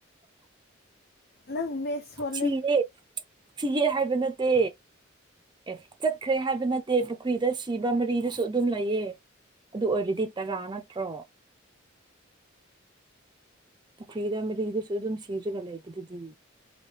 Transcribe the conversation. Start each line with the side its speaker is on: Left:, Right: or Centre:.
Left: ꯅꯪ ꯃꯦꯠꯁ ꯁꯣꯜꯂꯦ
Right: ꯁꯤꯌꯦꯦ ꯁꯤꯒꯦ ꯍꯥꯏꯕ ꯅꯠꯇꯦ ꯑꯦ ꯆꯠꯈ꯭ꯔꯦ ꯍꯥꯏꯕ ꯅꯠꯇꯦ ꯄꯨꯈ꯭ꯔꯤꯗ ꯁꯤꯕ ꯃꯔꯤꯗꯁꯨ ꯑꯗꯨꯝ ꯂꯩꯑ ꯑꯗꯨ ꯑꯣꯏꯔꯗꯤ ꯇꯔꯥ ꯅꯠꯇ꯭ꯔꯣ ꯄꯨꯈ꯭ꯔꯤꯗ ꯃꯂꯤꯗꯁꯨ ꯑꯗꯨꯝ ꯁꯤꯖꯒ ꯂꯩꯕ ꯑꯗꯨꯗꯤ